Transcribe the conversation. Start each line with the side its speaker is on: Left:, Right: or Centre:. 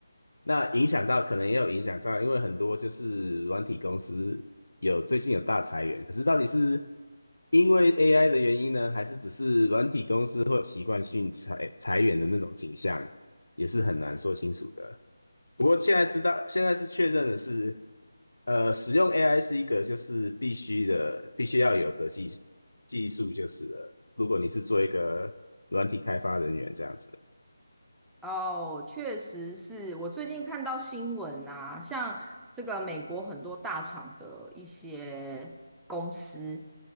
Left: 那影响到可能也有影响到，因为很多就是软体公司有最近有大裁员，可是到底是因为 AI 的原因呢，还是只是软体公司会有习惯性裁裁员的那种景象，也是很难说清楚的。不过现在知道，现在是确认的是，呃，使用 AI 是一个就是必须的，必须要有的技技术就是了。如果你是做一个软体开发人员这样子，
Centre: 哦，确实是我最近看到新闻啊，像这个美国很多大厂的一些公司